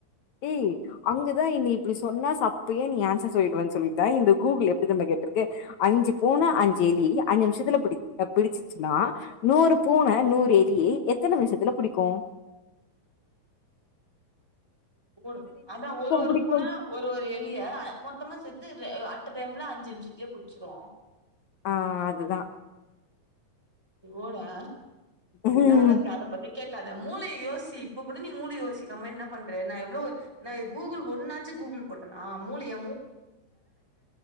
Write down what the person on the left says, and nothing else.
ஏய் அங்கதான் என்ன இப்படி சொன்னா அப்பே நீ ஆன்சர் சொல்லிடுவன்னு சொல்லிதான் இந்த கூகுள் எப்படி நம்ம கேட்டிருக்கு அஞ்சு பூனை அஞ்சு எலி அஞ்சு நிமிஷத்துல பிடி பிடிச்சிச்சுன்னா நூறு பூனை நூறு எலிய எத்தனை நிமிஷத்துல புடிக்கும்
புடிக்கு
ஆ அதுதா
ம்